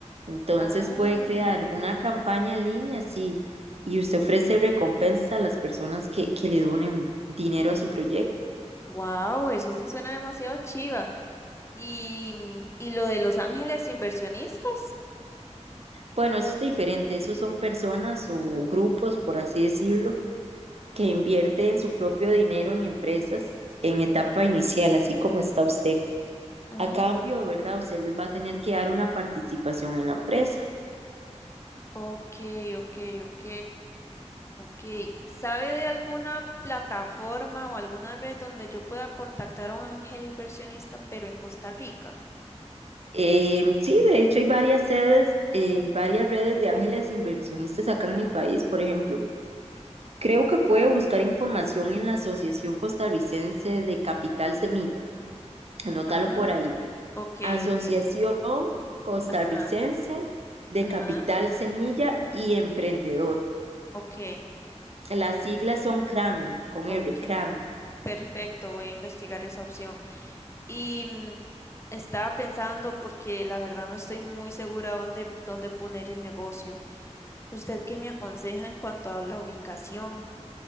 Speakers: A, on the right (about 60°); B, on the left (about 25°).
A: Entonces
B: Ah,
A: puede crear una campaña en línea, sí, y usted ofrece recompensas a las personas que, que le donen dinero a su proyecto.
B: wow, eso sí suena demasiado chiva. Y, mm, y lo de Los Ángeles Inversionistas.
A: Bueno, eso es diferente. Esos son personas o grupos, por así decirlo, que invierten su propio dinero en empresas en etapa inicial, así como está usted.
B: Ah,
A: A cambio, ¿verdad? Usted les va a tener que dar una participación en la empresa.
B: ok, ok, ok, ok. ¿Sabe de alguna plataforma o alguna red donde yo pueda contactar a un ángel inversionista, pero en Costa Rica?
A: Em, sí, de hecho hay varias sedes eh, y varias redes de ángeles inversionistas acá en el país, por ejemplo. Creo que puede buscar información en la Asociación Costarricense de Capital Semilla. Anótalo
B: Ah,
A: por ahí.
B: ok,
A: Asociación
B: ok.
A: Costarricense
B: Ajá.
A: de
B: Ajá,
A: Capital Semilla y Emprendedor.
B: ok,
A: Las siglas son CRAN, con
B: ok,
A: R, CRAN.
B: perfecto, voy a investigar esa opción. Y mm, estaba pensando, porque la verdad no estoy muy segura dónde, dónde poner el negocio. ¿Usted qué me aconseja en cuanto a la ubicación?